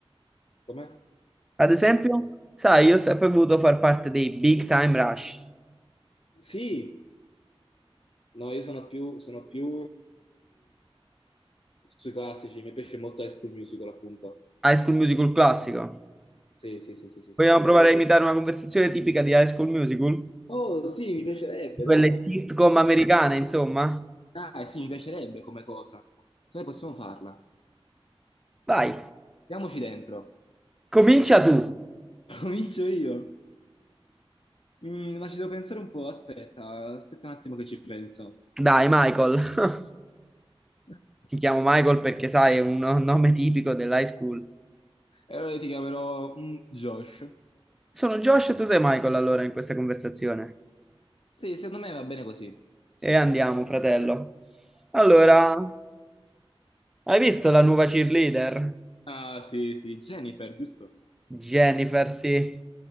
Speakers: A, on the left; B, in the centre.
A: Com'è?
B: Ad esempio? Sai, io ho sempre voluto far parte dei Big Time Rush,
A: Sì! No, io sono più, sono più sui classici, mi piace molto High School Musical, appunto.
B: High School Musical classico.
A: Sì, sì, sì, sì, sì, sì,
B: Vogliamo
A: sì, sì.
B: provare
A: sì.
B: a imitare una conversazione tipica di High School Musical?
A: Oh, sì, mi piacerebbe,
B: Quelle
A: dai.
B: sitcom americane, insomma.
A: Ah, sì, mi piacerebbe come cosa. Se noi possiamo farla.
B: Vai,
A: Diamoci dentro.
B: comincia tu.
A: <laughs> Comincio io. Mm, ma ci devo pensare un po', aspetta, aspetta un attimo che ci penso.
B: Dai, Michael. <laughs>
A: <laughs>
B: Ti chiamo Michael perché sai, è un no-, nome tipico dell'high school.
A: E allora io ti chiamerò mm, Josh.
B: Sono Josh e tu sei Michael allora in questa conversazione.
A: Sì, secondo me va bene così.
B: E andiamo, fratello. Allora, hai visto la nuova cheerleader?
A: Ah, sì, sì, Jennifer, giusto?
B: Jennifer, sì. Eh,